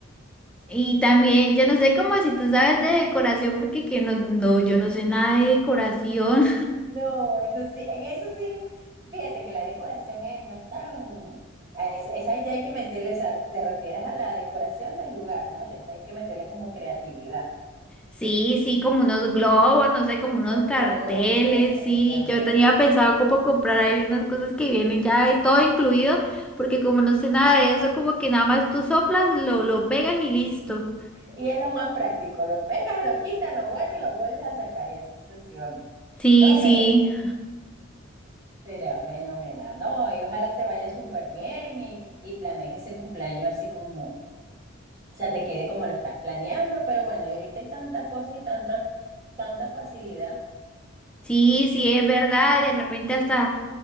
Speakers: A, in the centre; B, on the right.
A: Y también, yo no sé cómo si tú sabes de decoración, porque que no, no, yo no sé nada de decoración.
B: No, eso sí, en eso sí, fíjate que la decoración es- no es tan... a Esa, esa ya hay que meterle, esa, te refieres a la decoración del lugar, ¿no? Ya esa hay que meterle como creatividad.
A: Sí, sí, como unos globos, no sé, como unos carteles,
B: Claro, exactamente.
A: sí. Yo tenía pensado como comprar ahí unas cosas que vienen ya de todo incluido, porque como no sé nada de eso, como que nada más tú soplas, lo, lo pegas y listo.
B: Y es lo más práctico, lo pegas, lo quitas, lo vuelves, lo vuelves a sacar y así sucesivamente.
A: Sí,
B: No, me
A: sí,
B: será fenomenal, ¿no? Y ojalá te vaya súper bien y, y planees ese cumpleaños así como, o sea, te quede como lo estás planeando, pero bueno, y ahorita hay tantas cosas y tantas, tanta facilidad.
A: sí, sí, es verdad. De repente hasta